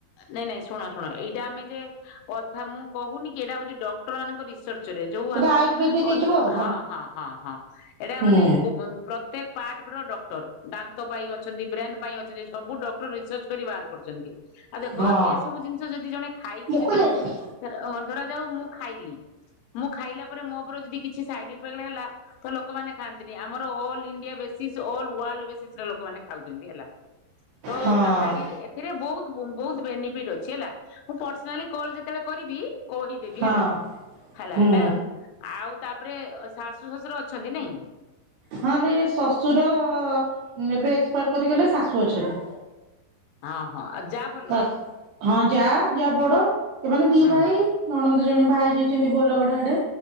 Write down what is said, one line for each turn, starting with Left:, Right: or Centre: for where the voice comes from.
Left: ନାଇଁ ନାଇଁ ଶୁଣ ଶୁଣ ଏଇଟା ଆମେ ଯେ ଅ <unintelligible> ମୁଁ କହୁନି କି ଏଇଟା ହଉଛି ଡକ୍ଟରମାନଙ୍କ ରିସର୍ଚ <unintelligible> ଯୋଉ
Right: ସେଟା
Left: ଆମ
Right: ଆୟୁର୍ବେଦିକ
Left: ଅଳ୍
Right: ହେଇଥିବ ଆଉ
Left: ହଁ ହଁ ହଁ ହଁ ଏଟା
Right: ହୁଁ
Left: ମାନେ କୋ ପ୍ରତ୍ୟେକ ପାର୍ଟର ଡକ୍ଟର, ଦାନ୍ତ ପାଇଁ ଅଛନ୍ତି ବ୍ରେନ୍ ପାଇଁ ଅଛନ୍ତି ସବୁ ଡକ୍ <inaudible> ରିସର୍ଚ୍ଚ କରି ବାହାର କରିଛନ୍ତି ଆଉ ଦେଖ
Right: ହଁ।
Left: ଏ ସବୁ ଜିନିଷ ଯଦି ଜଣେ ଖାଇକି
Right: ମୁକୁଳା
Left: ଯଦି
Right: ହେଇଗଲା।
Left: ରୋ ଧରାଯାଉ ମୁଁ ଖାଇଲି ମୁଁ ଖାଇଲା ପରେ ମୋ ଉପରେ ଯଦି କିଛି ସାଇଡ୍ ଇଫେକ୍ଟ୍ ହେଲା ତ ଲୋକମାନେ ଖାଆନ୍ତିନି ଆମର all India basis all world ବେସିସରେ ଲୋକମାନେ ଖାଉଛନ୍ତି ହେଲା। ତ
Right: ହଁ
Left: କାହାରିରେ ଏଥିରେ ବହୁତ୍ ବୋ ବହୁତ ବେନିଫିଟ୍ ଅ ଛି ହେଲା ମୁଁ ପର୍ସନାଲି କଲ୍‌ ଯେ <unintelligible> ବେଳେ କରିବି କହିଦେବି
Right: ହଁ
Left: ହେଲା, ହେଲା
Right: ହୁଁ
Left: ଏଟା ଆଉ ତାପରେ ଶାଶ୍ ଶାଶୁ ଶଶୁର ଅଛନ୍ତି ନାଇଁ?
Right: ହଁ ନାଇଁ ଶଶୁରଅଅ ଏବେ ଏକ୍ସଫାୟାଡ୍ କରିଗଲେ ଶାଶୁ ଅଛନ୍ତି।
Left: ହଁ ହଁ ଆଜ୍ ଯାଆ ଭଲ?
Right: ଶାଶୁ ହଁ ଯାଆ ଯାଆ ବଡ। ଏମାନେ ଦି
Left: ହୁଁ
Right: ଭାଇ ନଣନ୍ଦ <inaudible> ଜଣେ ଭାଇ ଯାଇଛନ୍ତି ବୋଲଗଡ ଆଡେ।